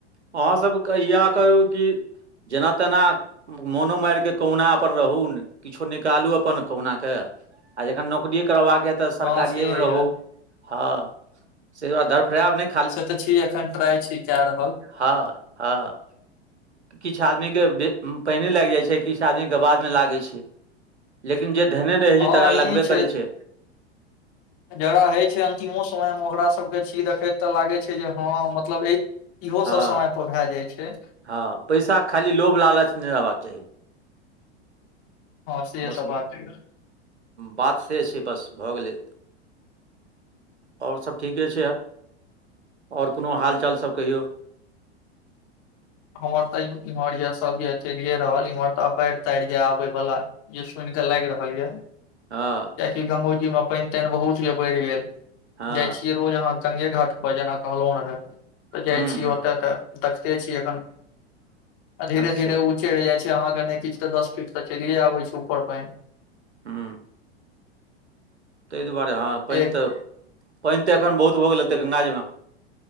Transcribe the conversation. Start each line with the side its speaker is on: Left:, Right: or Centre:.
Right: अहाँसभके इएह कहू कि जेना तेन मोनो मार कऽ कहुना अपन रहू न किछो निकालू अपन कहुन क आ जखन नौकरीए करबाक यए तऽ सरकारिएमे
Left: हँ से
Right: रह
Left: ये
Right: हँ से दु धरफड़ब नह
Left: से तऽ छी एखन ट्राइ छी कए रह
Right: हँ ह किछु आदमीके बे पानने लागि जाइ छै किछु आदमीके बादमे लागै छ लेकिन जे धने रहैत
Left: हँ
Right: छै तकरा
Left: ई
Right: लगबे
Left: छै
Right: करै छ
Left: जकरा होइ छै अंतिमो समय मे ओकरा सबके छीय देखैत तऽ लागै छै जे हँ मतल इहो
Right: हँ
Left: सब समय पर भए जाय छ
Right: हँ पैसाे खाली लोभ लालच नहि लेबाक चाह
Left: ह सेह
Right: बस
Left: सब बात छ
Right: बात से छै बस भऽ गेल आओर सब ठीके छै आओर कोनो हाल चाल सब कहिय
Left: हमर तऽ इम्हर य सब य चैलये रहल इम्हर तऽ बाढ़ ताढ़ ये आबे बाल य सुनि कऽ लागि रहल य
Right: हं
Left: कआकि गंगो जी मे पानि तानि बहुत य बढ़ि गेल
Right: हँ
Left: जाइ छिय रोज अहाँ गंगे घाट पर जेना कहलो ने रहे त जाय
Right: हूँ
Left: छी
Right: हूँ
Left: ओते ते देखते छीय धीरे
Right: अच्छा
Left: धीरे चलि जाइ छै अहाँके नहि किछु तऽ दस फीट तऽ चलिये आबे छै ऊपर पान
Right: हू तहि दुआरे हँ पैन
Left: एक
Right: तऽ पैन तऽ एखन बहुत भऽ गेल एतै गङ्गाजीम